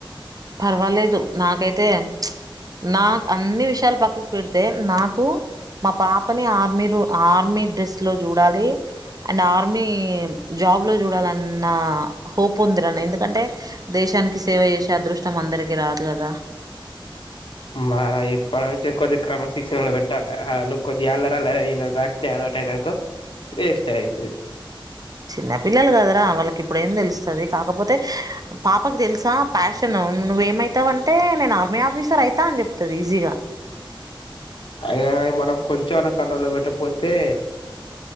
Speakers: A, on the right; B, on the left.
A: పర్వాలేదు నాకైతే నా అన్ని విషయాలు పక్కకు పెడితే నాకు మా పాపని ఆర్మీ రు ఆర్మీ డ్రెస్ లో చూడాలి అండ్ ఆర్మీ జాబ్ లో చూడాలన్న హోప్ ఉందిర నే ఎందుకంటే దే శానికి సేవ చేసే అదృష్టం అందరికీ రాదు కదా
B: మనం ఇప్ప నుంచె కొద్ది క్రమశిక్షణలో పెట్టాలే వాళ్ళు కొద్దిగా అల్లర్ అల్లర్ ఐనరనుకో అట్ నే అటే ఐన్దానుకొ వేస్ట్ ఏ ఐతది
A: చిన్న పిల్లలు కదరా వాళ్ళకి ఇప్పుడు ఏం తెలుస్తది కాకపోతే పాపకి తెలుసా ప్యాషను అ నువ్వేమవుతావంటే నేను ఆర్మీ ఆఫీసర్ ఐతా అని చెప్తది ఈజీగా
B: అయినా కాని మనం కొంచెం అనా కంట్రోల్లో పెట్టకపోతే